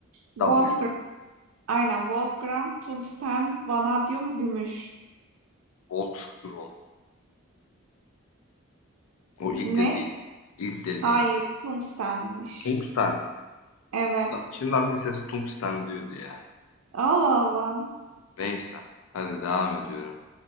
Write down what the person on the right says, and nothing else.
Wolfgram.
Aynen Wolfgram, tungsten, vanadyum, gümüş.
Ne?
Hayır tungstenmiş.
Evet.
Allah Allah.